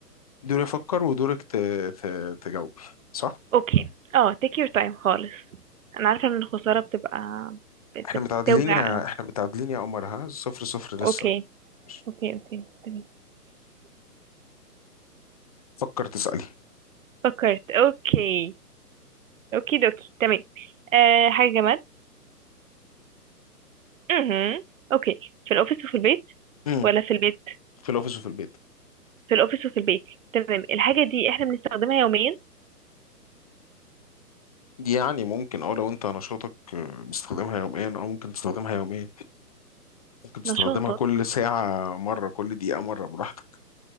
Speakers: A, on the left; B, on the right.
A: دوري افكر ودورك ت... ت... تجاوبي صح
B: اوكي اه take your time خالص انا عارفه ان الخساره بتبقى بت-
A: احنا متعادلين
B: بتوجع
A: يا
B: او
A: احنا متعادلين يا قمر ها صفر صفر لسه
B: اوكي
A: مش
B: اوكي اوكي تمام
A: فكر تسألي
B: فكرت اوكي اوكي دوكي تمام أه حاجة جماد امم اوكي في الأوفيس وفي البيت
A: مم.
B: ولا في البيت
A: في الاوفيس وفي البيت
B: في الأوفيس وفي البيت تمام الحاجة دي احنا بنستخدمها يوميا
A: يعني ممكن اه لو انت نشاطك آه، بتستخدمها يوميا او ممكن تستخدمها يوميا ممكن تستخدمها
B: نشاطك
A: كل ساعة مرة كل دقيقة مرة براحتك